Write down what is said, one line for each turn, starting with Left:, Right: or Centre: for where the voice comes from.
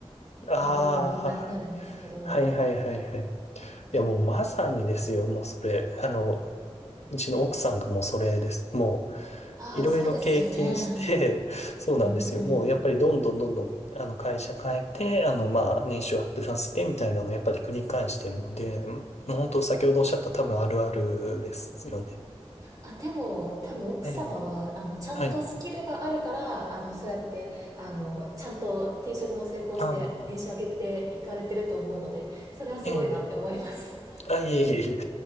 Left: あ
Right: のがよく問題になるんですけど、
Left: あ、はいはいはいはい。
Right: それ
Left: いやもうまさにですよ、もうそれ。あの、うちの奥さんがもうそれです。も
Right: ああ、
Left: ういろいろ経験して、
Right: そうですよね。
Left: <laughs> そうなんですよ。
Right: うんうん。
Left: もうやっぱりどんどんどんどん、あの会社変えて、あのまあ年収アップさせてみたいなのをやっぱり繰り返してるので、もう本当先ほどおっしゃった多分あるあるですよね。
Right: あ、でも、多分奥様は、
Left: ええ、
Right: あの、ちゃんとスキルがあるから、
Left: はい。
Right: あの、そうやって、あの、ちゃんと転職も成功して、
Left: ああ、
Right: 年収上げていかれてると思うので、それはすごいなって思います。
Left: ええ。あ、いえいえいえ。